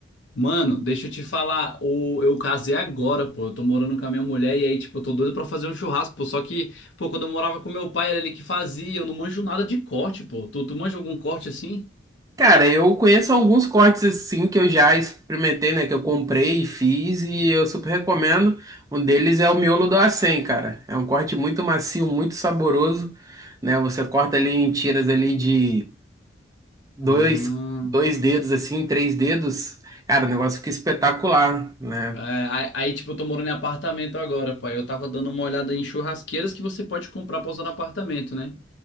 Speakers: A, on the left; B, on the right.
A: Mano, deixa eu te falar, o, eu casei agora, pô, eu tô morando com a minha mulher e aí, tipo, eu tô doido pra fazer um churrasco, pô, só que, pô, quando eu morava com meu pai, era ele que fazia, eu não manjo nada de corte, pô, tu, tu manja algum corte assim?
B: Cara, eu conheço alguns cortes assim que eu já experimentei, né? Que eu comprei e fiz e eu super recomendo. Um deles é o miolo do acém, cara. É um corte muito macio, muito saboroso, né? Você corta ali em tiras ali de dois,
A: Ah,
B: dois dedos, assim, três dedos. Cara, o negócio fica espetacular, né?
A: é, aí, aí, tipo, eu tô morando em apartamento agora, pai, eu tava dando uma olhada em churrasqueiras que você pode comprar pra usar no apartamento, né?